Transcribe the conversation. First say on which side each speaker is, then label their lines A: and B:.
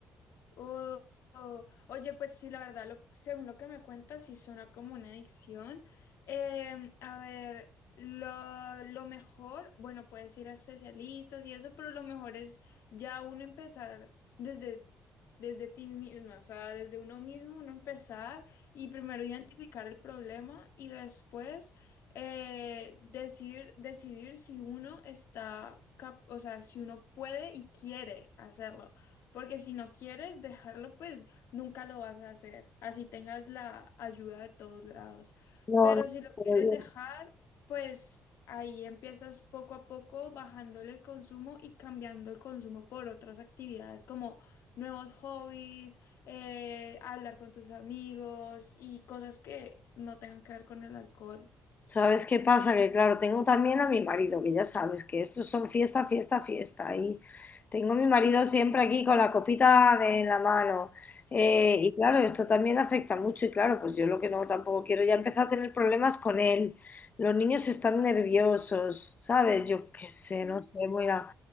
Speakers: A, on the left; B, on the left.
A: Oh, oh. Oye, pues sí, la verdad, lo, según lo que me cuentas, sí suena como una adicción. Em, a ver, lo, lo mejor, bueno, puedes ir a especialistas y eso, pero lo mejor es ya uno empezar desde, desde ti misma, o sea, desde uno mismo, uno empezar y primero identificar el problema y después eh, decir, decidir si uno está, cap- o sea, si uno puede y quiere hacerlo. Porque si no quieres dejarlo, pues nunca lo vas a hacer, así tengas la ayuda de todos lados.
B: No,
A: Pero
B: no,
A: si lo
B: no,
A: quieres dejar, pues ahí empiezas poco a poco bajándole el consumo y cambiando el consumo por otras actividades como nuevos hobbies, eh, hablar con tus amigos y cosas que no tengan que ver con el alcohol.
B: ¿Sabes qué pasa? Que claro, tengo también a mi marido, que ya sabes que estos son fiesta, fiesta, fiesta. Y tengo a mi marido siempre aquí con la copita de en la mano. Eh, y claro, esto también afecta mucho. Y claro, pues yo lo que no tampoco quiero, ya empezar a tener problemas con él. Los niños están nerviosos, ¿sabes? Yo qué sé,
A: Mm,
B: no sé, mira,